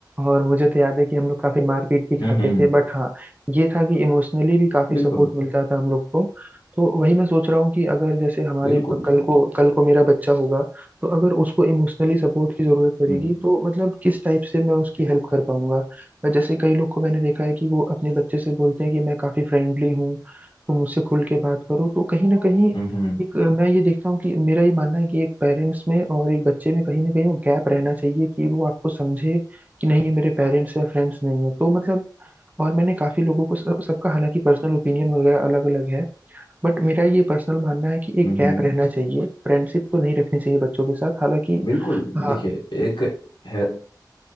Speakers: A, on the right; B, on the left.
A: और मुझे तो याद है कि हम लोग काफी मारपीट भी खाते
B: हम्म हम्म,
A: थे
B: हम्म।
A: बट हाँ ये था कि इमोशनली भी काफी सपोर्ट
B: बिल्कुल
A: मिलता था हम लोग को तो वही मैं सोच रहा हूँ कि अगर जैसे हमारे
B: बिल्कुल
A: कल को कल को मेरा बच्चा होगा तो अगर उसको इमोशनली सपोर्ट की जरूरत पड़ेगी
B: हम्म
A: तो मतलब किस टाइप से मैं उसकी हेल्प कर पाऊंगा जैसे कई लोग को मैंने देखा है कि वो अपने बच्चे से बोलते हैं कि मैं काफी फ्रेंडली हूँ तो मुझसे खुल के बात करो तो कहीं ना कहीं
B: हम्म हम्म हम्म,
A: एक अ, मैं ये देखता हूँ कि मेरा ये मानना है कि एक पेरेंट्स में और एक बच्चे में कहीं ना कहीं वो गैप रहना चाहिए कि वो आपको समझे कि नहीं ये मेरे पेरेंट्स हैं फ्रेंड्स नहीं है तो मतलब और मैंने काफी लोगों को सब, सबका हालांकि पर्सनल ओपिनियन वगैरह अलग अलग है बट मेरा ये पर्सनल मानना है कि एक
B: हम्म,
A: गैप
B: हम्म।
A: रहना चाहिए फ्रेंडशिप तो नहीं रखनी चाहिए बच्चों के साथ हालांकि
B: बिल्कुल
A: हाँ
B: देखिए एक है,